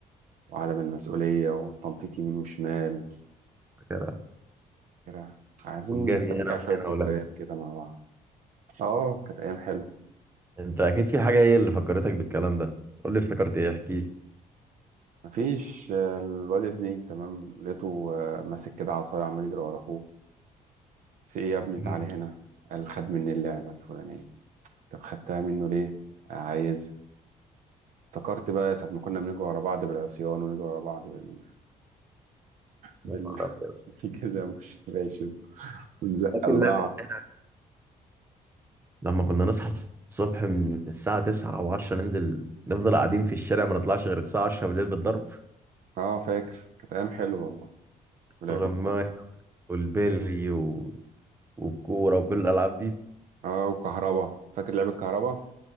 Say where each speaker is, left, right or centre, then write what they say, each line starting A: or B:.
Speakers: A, on the right; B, on the right.
A: وعدم المسؤولية والتنطيط يمين وشمال
B: فاكرها
A: كده عايزين
B: والجري
A: نسترجع
B: هنا وهنا
A: شوية ذكريات
B: ولا هنا.
A: كده مع بعض اه كانت أيام حلوة
B: انت اكيد في حاجه هي اللي فكرتك بالكلام ده قول لي افتكرت ايه احكي لي
A: مفيش آه، الواد ابني تمام لقيته آه، ماسك كده عصاية عمال يجري ورا أخوه في ايه يا ابني
B: مهم.
A: تعالى هنا قال خد مني اللعبة الفلانية طب خدتها منه ليه؟ عايز افتكرت بقى ساعة ما كنا بنجري ورا بعض بالعصيان ونجري ورا بعض بال... بال...
B: يا نهار أبيض.
A: <laughs> بالجزم والشباشب ونزق
B: فاكر
A: لبعض
B: لعبة إيه؟ لما كنا نصحى الصبح من الساعه 9 و10 ننزل نفضل قاعدين في الشارع ما نطلعش غير الساعه 10 بالليل بالضرب
A: اه فاكر كانت أيام حلوة والله
B: استغماية
A: ولعب الكورة
B: والبيلي و... والكوره وكل الالعاب دي
A: اه وكهربا فاكر لعب الكهربا